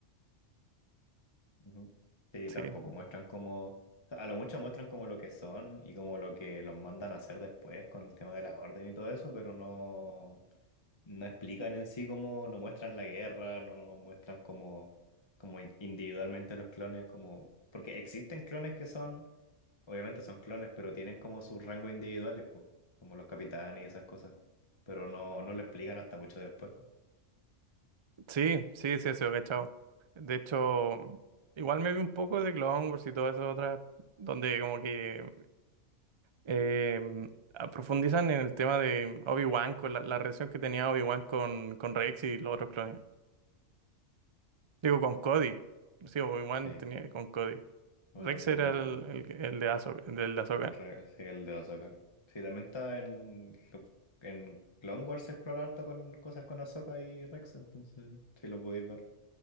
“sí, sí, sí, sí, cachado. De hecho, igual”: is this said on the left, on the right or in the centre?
Right